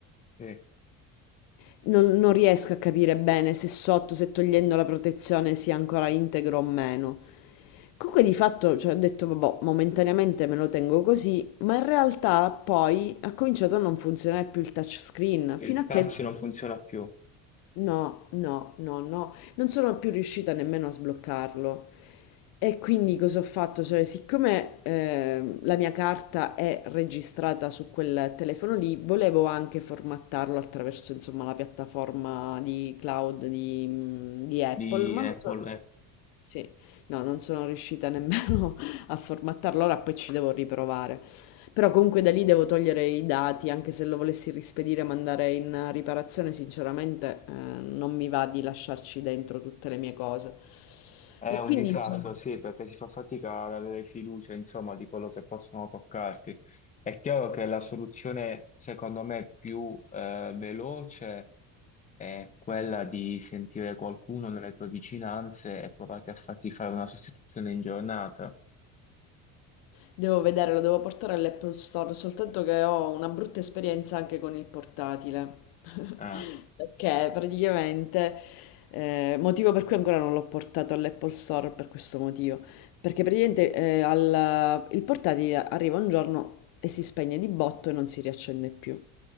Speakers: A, on the left; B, on the left.
A: Sì.
B: Non, non riesco a capire bene se sotto, se togliendo la protezione sia ancora integro o meno. Comunque di fatto, cioè, ho detto, vabbè, momentaneamente me lo tengo così, ma in realtà poi ha cominciato a non funzionare più il touchscreen,
A: Il
B: fino a
A: touch
B: che
A: non funziona più
B: No, no, no, no, non sono più riuscita nemmeno a sbloccarlo. E quindi cosa ho fatto? Cioè, siccome ehm, la mia carta è registrata su quel telefono lì, volevo anche formattarlo attraverso, insomma, la piattaforma di cloud di, mhmm, di Apple,
A: di
B: ma
A: Apple.
B: non so.
A: eh.
B: Sì, no, non sono riuscita nemmeno <laughs> a formattarlo, ora poi ci devo riprovare. Però comunque da lì devo togliere i dati, anche se lo volessi rispedire e mandare in riparazione, sinceramente, eh, non mi va di lasciarci dentro tutte le mie cose.
A: È
B: E
A: un
B: quindi,
A: disastro,
B: insomma,
A: sì, perché si fa fatica ad avere fiducia, insomma, di quello che possono toccarti. È chiaro che la soluzione, secondo me, più eh, veloce è quella di sentire qualcuno nelle tue vicinanze e provate a farti fare una sostituzione in giornata.
B: devo vedere, lo devo portare all'Apple Store, soltanto che ho una brutta esperienza anche con il portatile. <laughs>
A: Ah.
B: Perché praticamente, eh, motivo per cui ancora non l'ho portato all'Apple Store per questo motivo. Perché praticamente eh, al- il portatile arriva un giorno e si spegne di botto e non si riaccende più.